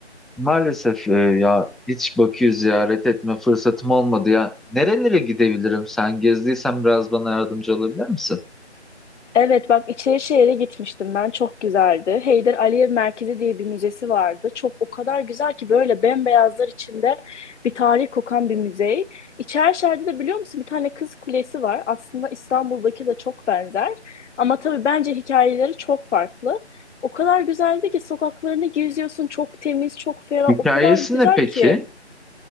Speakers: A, in the centre; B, on the left.
A: Maalesef e, ya hiç Bakü'yü ziyaret etme fırsatım olmadı ya. Nerelere gidebilirim? Sen gezdiysen biraz bana yardımcı olabilir misin?
B: Evet bak Şehir'e gitmiştim ben çok güzeldi. Heydar Aliyev Merkezi diye bir müzesi vardı. Çok o kadar güzel ki böyle bembeyazlar içinde bir tarih kokan bir müze. İçerişehir'de de biliyor musun bir tane kız kulesi var. Aslında İstanbul'daki de çok benzer. Ama tabii bence hikayeleri çok farklı. O kadar güzeldi ki sokaklarını geziyorsun çok temiz çok ferah
A: Hikayesi
B: o kadar güzel
A: ne peki?
B: ki.